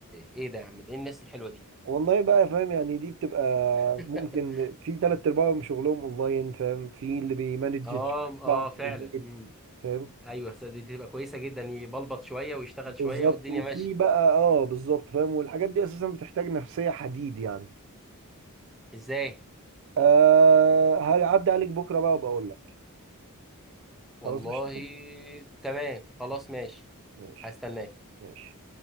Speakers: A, in the centre; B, on the right.
A: ايه ده يا عم ده ايه الناس الحلوه دي
B: والله بقى فاهم يعني دي بتبقى
A: <laughs>
B: ممكن في ثلاث ارباعهم شغلهم اونلاين فاهم في اللي بيمانج
A: اه
B: الشغل
A: اه
B: بتاعهم
A: فعلا
B: في البيت
A: امم
B: فاهم
A: ايوه صدق دي تبقى كويسه جدا يبلبط شويه ويشتغل
B: بالظبط
A: شويه والدنيا
B: وفي
A: ماشيه
B: بقى اه بالظبط فاهم والحاجات دي اساسا بتحتاج نفسية حديد يعني
A: ازاي
B: آه هعدي عليك بكره بقى وبقول لك
A: والله
B: خلاص قشطة؟
A: تمام خلاص
B: ماشي
A: ماشي
B: ماشي
A: هستناه
B: ماشي.